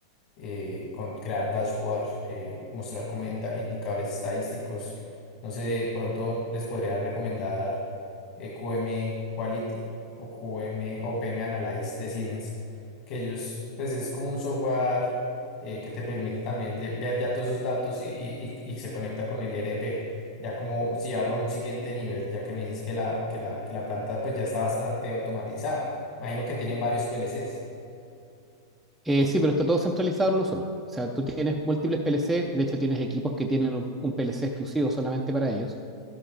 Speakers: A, on the left; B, in the centre.
A: eh, con- crear dashboard, eh, mostrar como inda- indicadores estadísticos. No sé, de pronto les podría recomendar eh, QM Quality o QM o PM Analyze de Siemens, que ellos, pues es como un software eh, que te permite también de- ver ya todos esos datos y, y- y- y se conecta con el ERP, ya como si llevarlo a un siguiente nivel, ya que me dices que la, que la, que la planta pues ya está bastante automatizada. Imagino que tienen varios PLCs.
B: Eh, sí, pero está todo centralizado en uno solo. O sea, tú tienes múltiples PLC, de hecho tienes equipos que tienen un, un PLC exclusivo solamente para ellos.